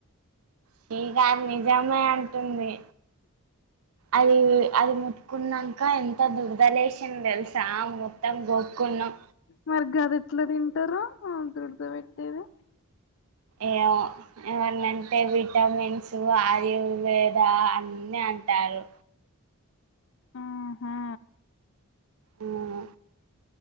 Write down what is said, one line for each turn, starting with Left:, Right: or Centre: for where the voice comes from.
Right: చీగాన్నే జామ్మాయ్ అంటుంది అది అది ముట్టుకున్నాంక ఎంత దురదలేషింది తెలుసా మొత్తం గోక్కున్నాం
Left: మరి గాది ఎట్లా తింటారు ఆ దుడద పెట్టేది
Right: ఏ ఏమన్నంటే విటమిన్స్ ఆయుర్వేద అన్ని అంటారు.
Left: ఆహా
Right: ఆహా